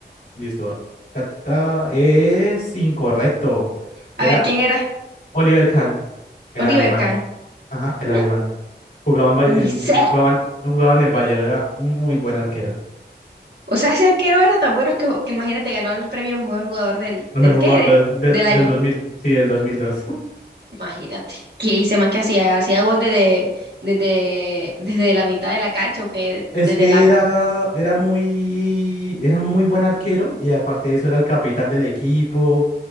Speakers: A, on the left; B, on the right.
A: Listo. Ta, ta, ta. Es incorrecto.
B: A
A: Era
B: ver, ¿quién era?
A: Oliver Kahn, el
B: Oliver
A: alemán.
B: Kahn.
A: Ajá, el
B: ¿Mm?
A: alemán. Jugaban, en, Bay-
B: Ni
A: en-
B: sé.
A: jugaban, jugaban el Bayern. Era un muy buen arquero.
B: O sea, ese arquero era tan bueno que, que imagínate, ganó el premio mejor jugador del,
A: El
B: ¿del
A: mejor
B: qué?
A: jugador
B: Del,
A: de- del,
B: del año.
A: del dos mil, Sí, del 2002.
B: Imagínate. Que hice más que hacía, hacía gol desde, desde, desde la mitad de la cancha o que
A: Es
B: desde
A: que
B: el arco.
A: era, era muy, era muy buen arquero y aparte de eso era el capitán del equipo.